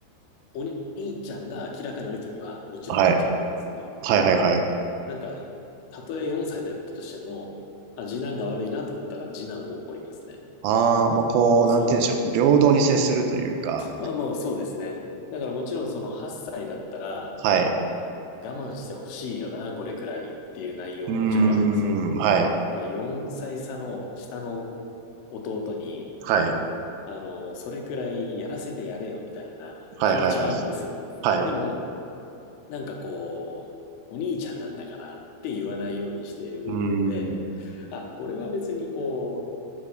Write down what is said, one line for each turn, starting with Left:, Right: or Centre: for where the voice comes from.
Left: お兄ちゃんが明らかに悪いときは、
Right: <laughs>
Left: もちろんお兄ちゃん怒るんですけど、
Right: はい。はい、はい、はい。
Left: なんか、たとえ4歳だったとしても、あ、次男が悪いなと思ったら、次男を怒りますね。
Right: ああ、まあ、こう、
Left: そ
Right: なんて言うんでしょう。平等に接するというか。
Left: う。まあもうそうですね。だからもちろんその8歳だったら、
Right: はい。
Left: 我慢してほしいよな、これくらいっていう内容ももちろんあるんですよ。
Right: うーん。はい。
Left: まあ4歳差の下の弟に、
Right: はい。
Left: あの、それくらいやらせてやれよみたいな気持ちはあるんですよ。
Right: はいはいはい。はい。
Left: でも、
Right: う
Left: なんかこう、お兄ちゃんなんだからって言わないようにしてるので、
Right: ーん。
Left: あ、これは別にこ